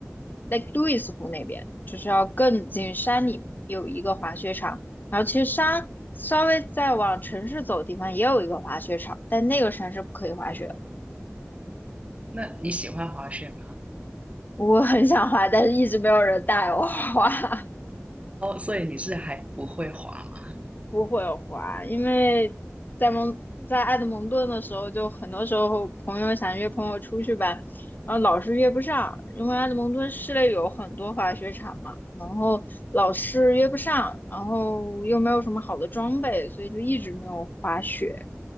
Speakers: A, on the left; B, on the right.
A: Lake Louise 湖那边，就是要更进山里有一个滑雪场。然后其实山稍微再往城市走的地方也有一个滑雪场，但那个山是不可以滑雪的。
B: 那你喜欢滑雪吗？
A: 我很想滑，但是一直没有人带我滑，<laughs>
B: 哦，所以你是还不会滑吗？
A: 不会滑，因为在蒙在埃德蒙顿的时候，就很多时候朋友想约朋友出去吧，然后老是约不上，因为埃德蒙顿市内有很多滑雪场嘛，然后老是约不上，然后又没有什么好的装备，所以就一直没有滑雪。